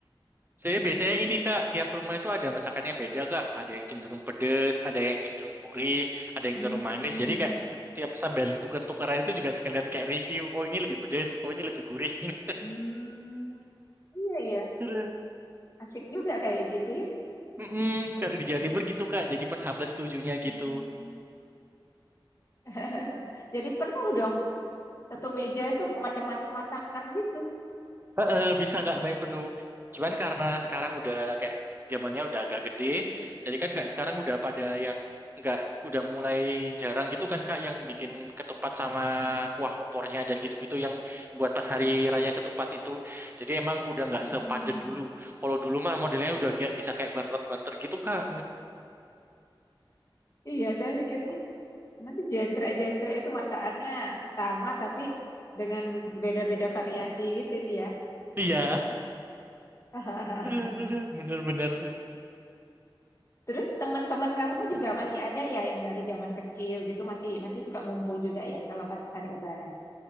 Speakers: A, on the right; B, on the left.
A: saya biasanya ini Kak, tiap rumah itu ada masakannya beda Kak. Ada yang cenderung pedes, ada yang cenderung gurih, ada yang
B: Hmm,
A: cenderung manis. Jadi kayak tiap sambil ditukar-tukaran itu juga sekalian kayak review. Oh ini lebih pedes, oh ini lebih gurih. <laughs>
B: hmm, iya iya
A: Terus,
B: asik juga kayak gitu ya.
A: Mm-mm, kalau di Jawa Timur gitu Kak. Jadi pas H plus tujuhnya
B: Hmm.
A: gitu.
B: <laughs> Jadi penuh dong. Satu meja itu macam-macam masakan gitu.
A: Heeh, bisa nggak main penuh. Cuman karena sekarang udah kayak zamannya udah agak gede, jadi kan kayak sekarang udah pada yang nggak udah mulai jarang gitu kan kak yang bikin ketupat sama kuah opornya dan gitu-gitu yang buat pas hari raya ketupat itu. Jadi emang udah
B: Hmm.
A: nggak sepadet dulu. Kalau dulu mah modelnya udah kayak bisa kayak barter-barter gitu kak.
B: Iya, saya mikirnya Nanti jentra jentra itu masakannya sama tapi dengan beda-beda variasi gitu ya.
A: Iya,
B: <laughs>
A: <laughs> bener-bener.
B: Terus teman-teman kamu juga masih ada ya yang dari zaman kecil gitu masih masih suka ngumpul juga ya kalau pas hari Lebaran.